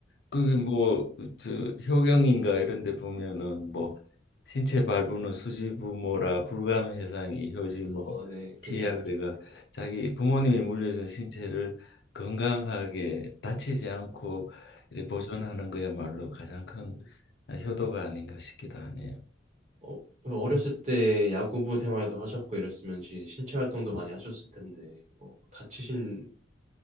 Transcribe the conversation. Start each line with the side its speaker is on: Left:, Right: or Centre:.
Left: 그게
Right: 네.
Left: 뭐저 효경인가 이런 데 보면은 뭐
Right: 네.
Left: 신체 발부는 수지부모라 불감 해상이 효지 뭐
Right: 아, 네, 그죠.
Left: 시야 그래가 자기 부모님이 물려준 신체를 건강하게 다치지 않고 이렇게
Right: 네,
Left: 보존하는 거야말로 가장 큰
Right: 네.
Left: 효도가 아닌가 싶기도 하네요.
Right: 어, 그 어렸을 때 야구부 생활도 하셨고 이랬으면 지- 신체 활동도 많이 하셨을 텐데 이거 뭐 다치신